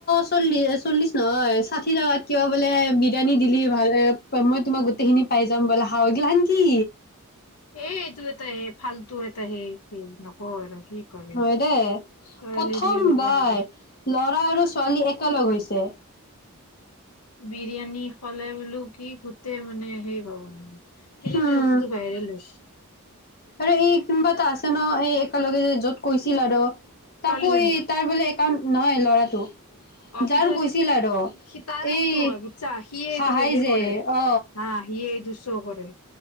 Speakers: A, on the left; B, on the left.
A: চল্লি চল্লিশ নহয় ষাঠি টকাত কিবা বোলে বিৰিয়ানী দিলি ভাল মই তোমাক গোটেইখিনি পাই যাম বোলে হাগলা নেকি?
B: এ এইটো এটাই সে ফাল্তু এটা সেই খ নকওঁ আৰু। কি কৰে
A: হয় দেই
B: ছোৱালীৰ
A: প্ৰথম
B: সেই কৰিব
A: বাৰ
B: নাজানে
A: লৰা আৰু। ছোৱালী একেলগ হৈছে।
B: বিৰিয়ানী ফালে বোলো কি গোটেই মানে সেই হ'ল। সেইকাৰণে
A: হুম
B: এই বস্তুতো বাইৰলছ।
A: আৰু এই কোনবা এটা আছে ন এই একেলগে যে য'ত কৈছিল আৰু।
B: ছোৱালীজনী
A: তাকো ই তাই বোলে। কাৰণ নহয় ল'ৰাটো।
B: অ
A: যাৰ
B: সিটো
A: কৈছিল
B: স
A: আৰু
B: সি তাৰে
A: এই
B: সেইটো হয় বুজিছা সিয়ে
A: হাহাই
B: এইটো সে
A: যে
B: কৰে
A: অ
B: হা সিয়ে এইটো কৰে